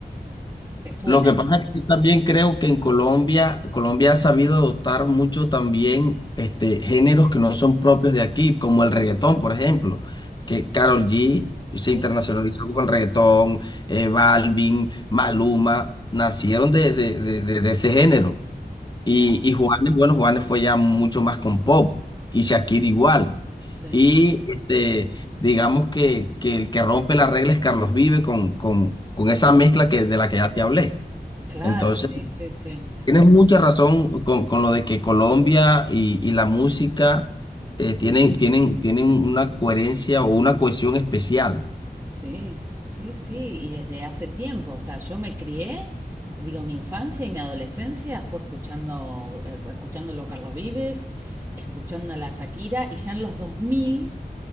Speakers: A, on the right (about 15°); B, on the left (about 25°).
A: te suena.
B: Lo que pasa es que yo también creo que en Colombia, Colombia ha sabido adoptar mucho también este, géneros que no son propios de aquí, como el reggaetón, por ejemplo, que Karol G se
A: Sí,
B: internacionalizó con el reggaetón, eh, Balvin, Maluma, nacieron de, de, de, de- de ese género. Y,
A: claro.
B: y Juanes, bueno, Juanes fue ya mucho más con pop, y Shakira igual.
A: Sí.
B: Y este, digamos que, que el que rompe las reglas es Carlos Vive con, con, con esa mezcla que, de la que ya te hablé.
A: Claro,
B: Entonces,
A: sí, sí, sí.
B: tienes mucha razón con, con lo de que Colombia y, y la música eh, tienen, tienen, tienen una coherencia o una cohesión especial.
A: Sí, sí, sí, y desde hace tiempo, o sea, yo me crié, digo, mi infancia y mi adolescencia fue escuchando, eh, fue escuchándolo a Carlos Vives, escuchando a la Shakira, y ya en los 2000